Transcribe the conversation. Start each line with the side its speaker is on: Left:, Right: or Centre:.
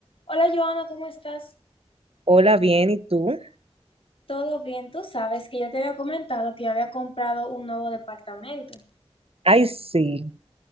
Left: Hola Joana, ¿cómo estás?
Right: Hola, bien, ¿y tú?
Left: ¿Todo bien? Tú sabes que yo te había comentado que yo había comprado un nuevo departamento.
Right: Ay, sí.